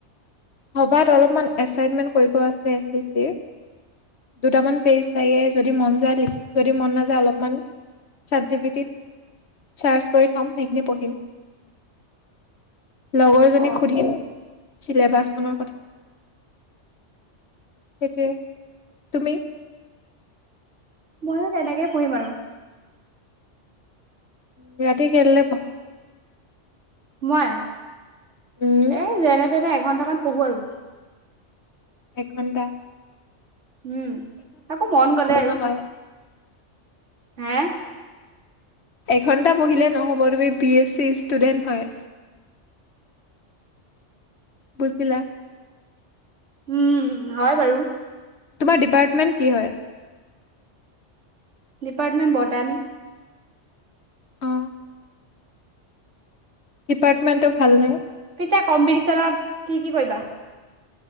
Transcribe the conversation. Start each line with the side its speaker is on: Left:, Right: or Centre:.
Left: ভবাত অলপমান এছাইনমেন্ট কৰিব আছে এচিচিৰ, দুটামান পেজ লাগে, যদি মন যায় লিখিম, যদি মন নাযায় অলপমান চাটজিপিতিত চাৰ্জ কৰি থম, সেইখিনি পঢ়িম। লগৰজনীক
Right: অ
Left: সুধিম। চিলেবাজ। <unintelligible> সেইটোৱে, তুমি?
Right: ময়ো তেনেকেই পঢ়িম আৰু।
Left: উ ৰাতি কেইটালে পঢ়া?
Right: মই?
Left: উম
Right: এ যেনে তেনে এঘন্টামান পঢ়ো আৰু।
Left: এঘণ্টা।
Right: উম, তাকো মন গ'লে আৰু,
Left: নহয়
Right: হে।
Left: এঘন্টা পঢ়িলে নহ'ব তুমি বি এছ চিৰ ষ্টুডেন্ট হয়, বুজিলা।
Right: উম, হয় বাৰু।
Left: তোমাৰ ডিপাৰ্টমেণ্ট কি হয়।
Right: ডিপাৰ্টমেণ্ট ব টা নি।
Left: অ ডিপাৰ্টমেন্টো ভাল নে।
Right: পিছে কম্পিটিচনত কি-কি কৰিবা।